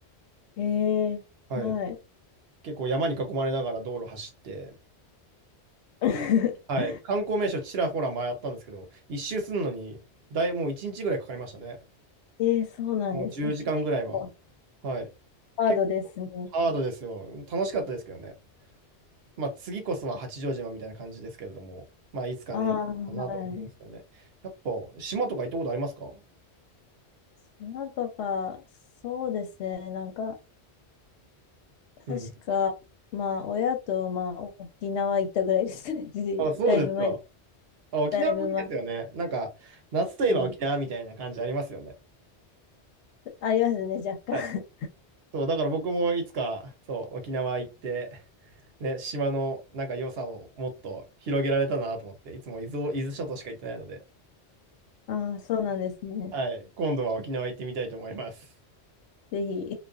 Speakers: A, on the left; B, on the right.
A: えー、
B: はい。
A: はい。
B: 結構山に囲まれながら道路走って、
A: <laughs>
B: はい。観光名所ちらほら回ったんですけど、一周するのに、だい、もう1日ぐらいかかりましたね。
A: ええ、そうなんですね。
B: もう10時間ぐらいは。
A: 結構
B: はい。
A: ハードですね。
B: 結構ハードですよ。楽しかったですけどね。まあ次こそは八丈島みたいな感じですけれども、まあいつかね、
A: ああ、はい。
B: かなと思うんですけどね。やっぱ島とか行ったことありますか
A: 島とか、そうですね。なんか、
B: うん。
A: 確か、まあ、親と、まあ、沖縄行ったぐらいですかね。<laughs>
B: あ、そうですか。
A: だいぶ前、
B: あ、沖縄もいいですよね。
A: だいぶ前で
B: なんか、夏といえば沖縄みたいな感じありますよね。
A: すね。ありますね、若干。
B: はいそう、だから僕もいつか、そう、沖縄行って、ね、島のなんか良さをもっと広げられたなと思って、いつも伊豆を、伊豆諸島しか行ってないので、
A: <laughs> ああ、そうなんですね。
B: はい、今度は沖縄行ってみたいと思います。
A: ぜひ。